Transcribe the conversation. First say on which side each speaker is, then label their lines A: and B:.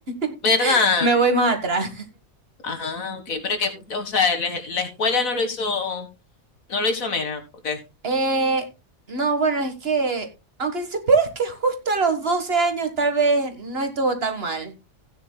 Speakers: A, on the right (about 45°); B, on the left (about 75°).
A: <laughs>
B: ¿Verdad?
A: me voy más atrás.
B: Ajá, ok. Pero que, o sea, la la escuela no lo hizo No lo hizo Mena, ok.
A: Eh, no, bueno, es que, aunque si supieras que justo a los 12 años tal vez no estuvo tan mal,